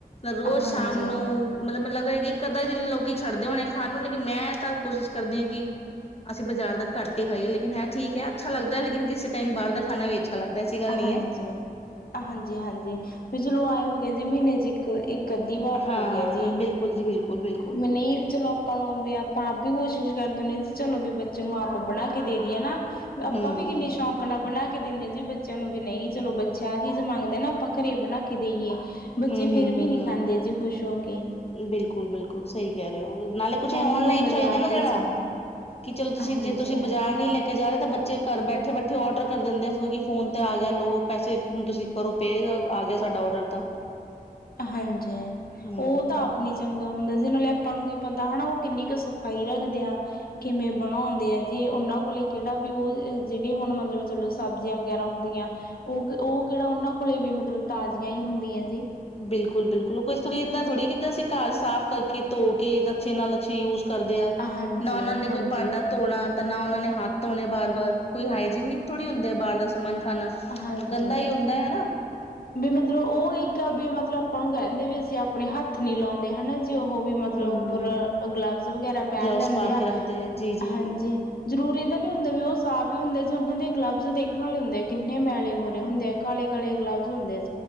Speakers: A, on the left; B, on the left.
A: ਰੋਜ਼
B: ਹਾਂਜੀ,
A: ਸ਼ਾਮ ਨੂੰ ਮਤਲਬ ਮੈਨੂੰ ਲੱਗਦਾ ਹੈ, ਕਿ ਇੱਕ ਅੱਧਾ ਹੀ ਦਿਨ ਲੋਕ ਛੱਡਦੇ ਹੋਣੇ, ਖਾਣ ਨੂੰ ਲੇਕਿਨ ਮੈਂ ਤਾਂ ਕੋਸ਼ਿਸ਼ ਕਰਦੀ ਹਾਂ ਕਿ ਅਸੀਂ ਬਜ਼ਾਰ ਦਾ ਘਟ ਹੀ ਖਾਈਏੇ ਲੇਕਿਨ ਹੈ ਠੀਕ ਹੈ, ਅੱਛਾ ਲੱਗਦਾ ਲੇਕਿਨ ਟਾਈਮ ਬਾਹਰ ਦਾ ਖਾਣਾ ਵੀ ਅੱਛਾ ਲੱਗਦਾ ਹੈ। ਐਸੀ ਗੱਲ ਨਹੀਂ
B: ਹਾਂਜੀ, ਹਾਂਜੀ -ਹਾਂਜੀ ਵੀ ਚਲੋ ਆਏ ਹੋ ਗਏ ਜੀ ਮਹੀਨੇ ਚ ਇੱਕ ਇੱਕ ਅੱਧੀ ਵਾਰ
A: ਹਾਂ
B: ਹੋ ਗਿਆ ਜੀ,
A: ਬਿਲਕੁਲ ਜੀ ਬਿਲਕੁਲ ਬਿਲਕੁਲ
B: ਮੈਂ ਨਹੀਂ ਚਲੋ ਹੁਣ ਔ ਵੀ ਆਪਾਂ ਆਪ ਵੀ ਕੋਸ਼ਿਸ਼ ਕਰਦੇ ਨੇ ਜੀ ਚਲੋ ਵੀ ਬੱਚੇ ਨੂੰ ਆਪ ਬਣਾ ਕੇ ਦੇ ਦਈਏ ਨਾ ਆਪਾਂ
A: ਹਮ
B: ਵੀ, ਕਿੰਨਨੀ ਸ਼ੌਕ ਨਾਲ ਬਣਾ ਕੇ ਦਿੰਨੇ ਜੀ ਬ ਬੱਚਿਆਂ ਨੂੰ ਵੀ ਨਹੀਂ, ਚਲੋ ਬੱਚਾ ਆ ਚੀਜ਼ ਮੰਗਦਾ ਨਾ, ਆਪਾਂ ਘਰੇ ਬਣਾ ਕੇ ਦੇਈਏ। ਬੱਚੇ
A: ਹਮ
B: ਫੇਰ
A: ਹਮ ਹਮ
B: ਵੀ ਨਹੀਂ
A: ਹਮ
B: ਖਾਂਦੇ ਜੀ ਖੁਸ਼ ਹੋ ਕੇ
A: ਬਿਲਕੁਲ -ਬਿਲਕੁਲ ਸਹੀ ਕਹਿ ਰਹੇ ਹੋ। ਨਾਲੇ ਕੁਛ
B: ਕਹਿੰਦੇ
A: ਇਹ ਓਨਲਾਈਨ
B: ਬਾਜ਼ਾਰ
A: ਚੱਲ ਗਿਆ ਨਾ
B: ਦਾ
A: ਜਿਹੜਾ
B: ਹੀ ਚਾਹੀਦਾ
A: ਕਿ ਚਲੋ ਤੁਸੀਂ
B: ਹਾਂਜੀ।
A: ਜੇ ਤੁਸੀਂ ਬਾਜ਼ਾਰ ਨਈ ਲੈ ਕੇ ਜਾਣਾ, ਤਾਂ ਬੱਚੇ ਘਰ ਬੈਠੇ -ਬੈਠੇ ਔਰਡਰ ਕਰ ਦਿੰਦੇ ਆ ਕਿਉਂਕਿ ਫੋਨ ਤੇ ਆ ਗਿਆ ਲੋ ਪੈਸੇ ਤੁਸੀਂ ਕਰੋ ਪੇ, ਆ ਗਯਾ ਸਾਡਾ ਔਡਰ ਤਾਂ
B: ਹਾਂਜੀ,
A: ਹਮ
B: ਉਹ ਤਾਂ ਆਪ ਨੀ ਚੰਗਾ ਹੁੰਦਾ ਜਿਹ ਨਾਲੇ ਆਪਾਂ ਨੂੰ ਕੀ ਪਤਾ ਹੋਣਾ, ਉਹ ਕਿੰਨੀ ਕੁ ਸਫ਼ਾਈ ਰੱਖਦੇ ਆ। ਕਿਵੇਂ ਬਣਾਉਂਦੇ ਐ ਜੀ, ਉਹਨਾਂ ਕੋਲ ਕਿਹੜਾ ਵੀ ਉਹ ਜਿਹੜੇ ਹੁਣ ਮਤਲਬ ਜਲੋਂ ਸਬਜ਼ੀਆਂ ਵਗੈਰਾ ਹੁੰਦੀਆਂ। ਉਹ ਉਹ ਕਿਹੜਾ ਉਹਨਾਂ ਕੋਲੇ ਵੀ ਮਤਲਬ ਤਾਜ਼ੀਆਂ ਹੀ ਹੁੰਦੀਆਂ ਜੀ।
A: ਬਿਲਕੁਲ -ਬਿਲਕੁਲ ਉਹ ਇਸ ਤਰੀ ਏਦਾਂ ਥੋੜ੍ਹੀ ਹੈ, ਜਿੱਦਾਂ ਅਸੀਂ ਘਰ ਸਾਫ਼ ਕਰਕੇ, ਧੋ ਕੇ, ਅੱਛੇ ਨਾਲ ਅੱਛੇ ਯੂਜ ਕਰਦੇ ਆ,
B: ਹਾਂਜੀ
A: ਨਾ ਉਹਨਾਂ ਨੇ ਕੋਈ
B: ਹਾਂਜੀ
A: ਭਾਂਡਾ ਧੋਣਾ ਤਾਂ ਨਾ ਉਹਨਾਂ ਨੇ ਹੱਥ ਧੋਣੇ, ਬਾਰ -ਬਾਰ ਕੋਈ ਹਾਈਜੀਨਿਕ ਥੋੜ੍ਹੀ ਹੁੰਦੇ ਆ ਬਾਹਰ ਦਾ ਸਮਾਨ ਖਾਣਾ,
B: ਹਾਂਜੀ
A: ਗੰਦਾ ਹੀ ਹੁੰਦਾ ਹੈਨਾ।
B: ਵੀ ਮਤਲਬ, ਉਹ ਇੱਕ ਵੀ ਮਤਲਬ, ਆਪਾਂ ਨੂੰ ਕਹਿੰਦੇ ਵੀ ਅਸੀਂ ਆਪਣੇ ਹੱਥ ਨੀ ਲਾਉਂਦੇ ਹੈਨਾ ਜੀ ਜੇ ਉਹ ਵੀ ਮਤਲਬ,
A: ਹਮ
B: ਉੱਪਰ ਗਲਵਜ਼ ਵਗੈਰਾ ਪਹਿਨ
A: ਗਲਵਸ
B: ਲੈਂਦੇ
A: ਪਾ ਕੇ
B: ਆ
A: ਰੱਖਦੇ ਹੈ ਜੀ ਜੀ
B: ਹਾਂਜੀ।
A: ਜੀ
B: ਜ਼ਰੂਰੀ ਤਾਂ ਨਹੀਂ ਹੁੰਦੇ, ਵੀ ਉਹ ਸਾਫ਼ ਹੀ ਹੁੰਦੇ, ਜ ਉਹਨਾਂ ਦੇ ਗਲਬਜ਼ ਦੇਖਣ ਵਾਲੇ ਹੁੰਦੇ ਆ ਕਿੰਨੇ ਮੈਲੇ ਹੋ ਰਹੇ ਹੁੰਦੇ ਆ। ਕਾਲੇ -ਕਾਲੇ ਗਲਵਸ ਹੁੰਦੇ ਸੀ।